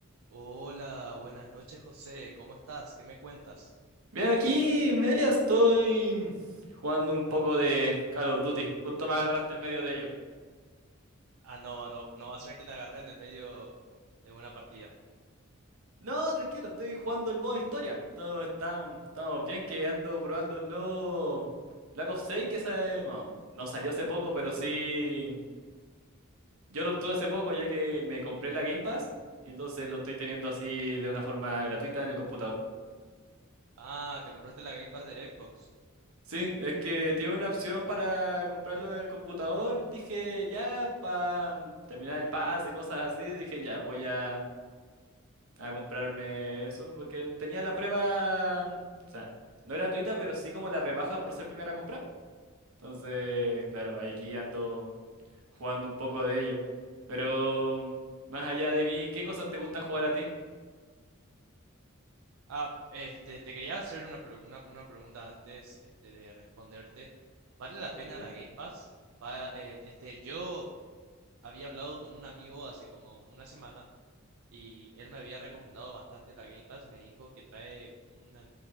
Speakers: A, on the right; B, on the right.
A: Hola, buenas noches, José. ¿Cómo estás? ¿Qué me cuentas?
B: Bien, aquí, Melia, estoy jugando un poco de Call of Duty. Justo me agarraste en medio de ello.
A: Ah, no, no, no va a ser que te agarre en el medio de una partida.
B: No, tranquilo, estoy jugando el modo historia. Todo estamos, estamos bien que ando probando el nuevo Black Ops 6 que sale- bueno, no no salió hace poco, pero sí. Yo lo obtuve hace poco ya que me compré la Game Pass y entonces lo estoy teniendo así de una forma gratuita en el computador.
A: Ah, te compraste la Game Pass de Xbox.
B: Sí, es que tiene una opción para comprarlo en el computador. Dije, ya, para terminar el pase, cosas así, dije, ya, voy a, a comprarme eso, porque tenía la prueba, mm, o sea, no gratuita, pero sí como la rebaja por ser primera compra. Entonces, claro, aquí ando jugando un poco de ello. Pero mm, más allá de mí, ¿qué cosas te gustan jugar a ti?
A: Ah, este, te quería hacer una, pre- una, una pregunta antes, este, de responderte. ¿Vale la
B: Así
A: pena
B: de-
A: la Game Pass? Va, eh, este, yo había hablado con un amigo hace como una semana y él me había recomendado bastante la Game Pass. Me dijo que trae una,